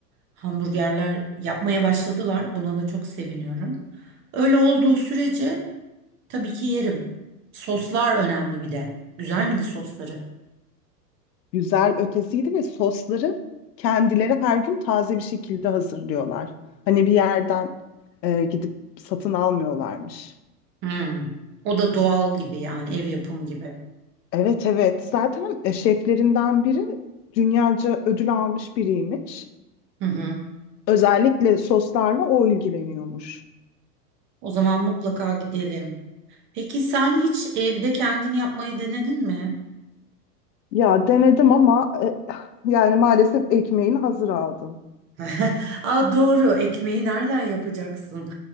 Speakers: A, on the right (about 25°); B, on the left (about 85°).
A: hamburgerler yapmaya başladılar. Buna da çok seviniyorum. Öyle olduğu sürece tabii ki yerim. Soslar önemli bir de. Güzel miydi sosları?
B: Güzel ötesiydi ve sosları kendileri her gün taze bir şekilde hazırlıyorlar. Hani bir yerden e, gidip satın almıyorlarmış.
A: Hmm. O da doğal gibi yani ev yapımı gibi.
B: Evet evet zaten e, şeflerinden biri dünyaca ödül almış biriymiş.
A: Hı hı.
B: Özellikle soslarla o ilgileniyormuş.
A: O zaman mutlaka gidelim. Peki sen hiç evde kendini yapmayı denedin mi?
B: Ya denedim ama e, yani maalesef ekmeğini hazır aldım.
A: <laughs> Aa doğru, ekmeği nereden yapacaksın?